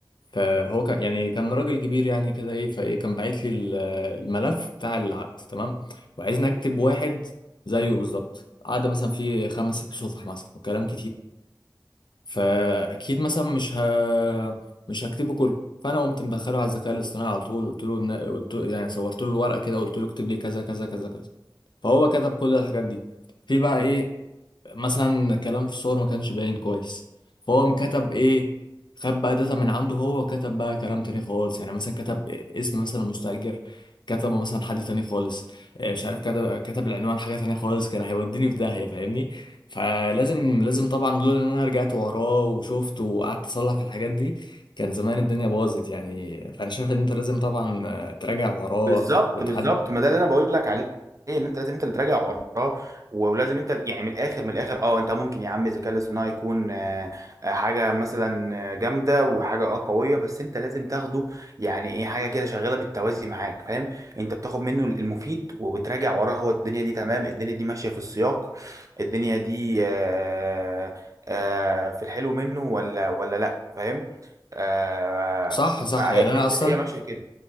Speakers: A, on the left; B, on the right.
A: فهو كان يعني كان راجل كبير يعني كده ايه فايه كان باعت لي ال- الملف بتاع العقد تمام وعايزني اكتب واحد زيه بالظبط قعد مثلا فيه خمس ست صفح مثلا وكلام كتير فاكيد مثلا مش ه... مش هكتبه كله فانا قمت مدخله على الذكاء الاصطناعي على طول قلت له إن- قلت له يعني صورت له الورقه كده قلت له اكتب لي كذا كذا كذا كذا فهو كتب كل الحاجات دي في بقى ايه مثلا كلام في الصور ما كانش باين كويس فهو مكتب ايه خد بقى داتا من عنده هو كتب بقى كلام تاني خالص يعني مثلا كتب اسم مثلا مستأجر كتبه مثلا حد تاني خالص آه، مش عارف كتب كتب العنوان حاجة تانية خالص كان هيوديني في داهية فاهمني فلازم لازم طبعا لولا ان انا رجعت وراه وشفت وقعدت اصلح في الحاجات دي كان زمان الدنيا باظت يعني فانا شايف ان انت لازم طبعا آه، تراجع وراه
B: بالظبط
A: وتعد
B: بالظبط ما ده اللي انا بقول لك عليه ان انت لازم انت اللي تراجع وراه ولازم انت ال- يعني من الاخر من الاخر اه انت ممكن يا عم الذكاء الاصطناعي يكون آه، آه، حاجه مثلا آه، جامده وحاجه اه قويه بس انت لازم تاخده يعني ايه حاجه كده شغاله بالتوازي معاك فاهم انت بتاخد منه المفيد وبتراجع وراه هو الدنيا دي تمام الدنيا دي ماشيه في السياق الدنيا دي آه، آه، في الحلو منه ولا ولا لا فاهم آه،
A: صح صح
B: فهي
A: يعني انا اصلا
B: هي ماشيه كده